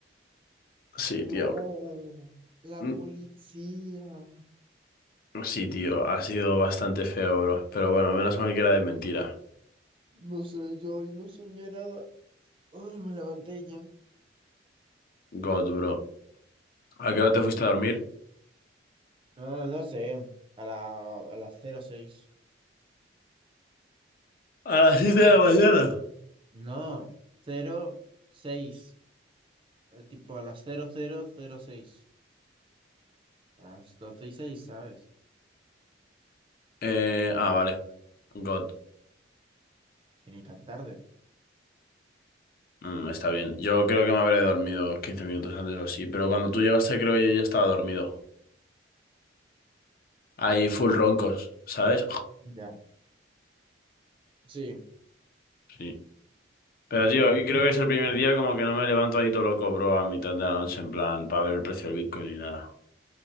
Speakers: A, on the left; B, on the right.
A: Sí,
B: No,
A: tío.
B: la
A: Mm,
B: policía.
A: Sí, tío, ha sido bastante feo, bro. Pero bueno, menos mal que era de mentira.
B: No sé, yo y no soñé nada. Ay, me levanté y ya.
A: God, bro. ¿A
B: No,
A: qué hora te
B: lo
A: fuiste
B: típico.
A: a dormir?
B: No, no sé. A la, a las cero seis
A: A las 7 de la mañana.
B: No, 06. eh, Tipo a las cero cero cero seis A las 12 y seis ¿sabes?
A: Eh, ah, vale. God.
B: Es Que ni tan tarde.
A: Mm, está bien. Yo creo que me habré dormido 15 minutos antes o así, pero cuando tú llegaste creo que yo ya estaba dormido. Ahí full roncos, ¿sabes? <laughs>
B: Ya. Sí,
A: Sí. Pero tío, hoy creo que es el primer día como que no me levanto ahí todo loco, bro, a mitad de la noche en plan para ver el precio del Bitcoin ni nada.